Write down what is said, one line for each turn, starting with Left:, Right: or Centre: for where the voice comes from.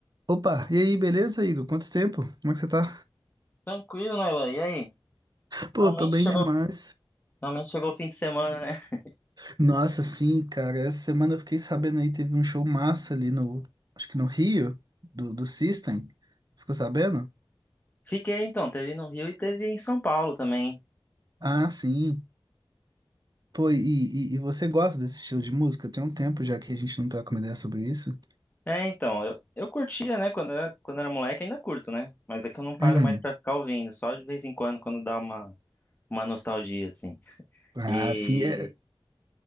Right: Opa, e aí, beleza, Igor? Quanto tempo? Como é que você tá?
Left: Tranquilo, Nailan. E aí?
Right: Pô,
Left: normalmente
Right: tô bem
Left: chegou,
Right: demais.
Left: normalmente chegou o fim de semana, né? <laughs>
Right: Nossa, sim, cara, essa semana eu fiquei sabendo aí, teve um show massa ali no, acho que no Rio, do, do System. Ficou sabendo?
Left: Fiquei então, teve no Rio e teve em São Paulo também.
Right: Ah, sim. Pô, e, e, e você gosta desse estilo de música? Tem um tempo já que a gente não troca uma ideia sobre isso.
Left: É, então, eu, eu curtia, né? Quando era, quando era moleque, ainda curto, né? Mas é que eu não paro
Right: Uhum.
Left: mais pra ficar ouvindo, só de vez em quando, quando dá uma, uma nostalgia, assim.
Right: Ah,
Left: E,
Right: sim, é...